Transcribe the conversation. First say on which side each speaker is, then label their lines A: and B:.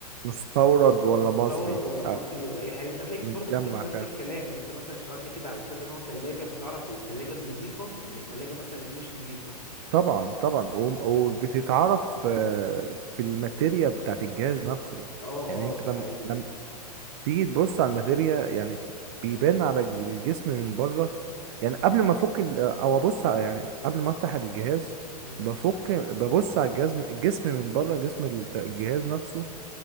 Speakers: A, on the right (about 40°); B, on the right (about 90°).
A: مستورد ولا
B: مستورد
A: مصري
B: ولا مصري
A: آه،
B: ولا اي حاجه انت تلاقي
A: متجمع
B: برضو انت في نفس
A: فعلا
B: الكلام يعني انت مثلا اشتغلت كده على كذا نوع تلاجة فتعرف التلاجة النضيفة من التلاجة مثلا اللي مش نضيفة
A: طبعا طبعا وم- وبتتعرف آه، في الماتيريا بتاعت الجهاز نفسه
B: اه
A: يعني انت
B: اه ده حقيقي
A: لما تيجي تبص على الماتيريا يعني بيبان على الج- الجسم من بره يعني قبل ما افك ال- او ابص على- يعني قبل ما افتح الجهاز
B: مم.
A: بفك ببص على الجسم الجسم من بره جسم الت- الجهاز نفسه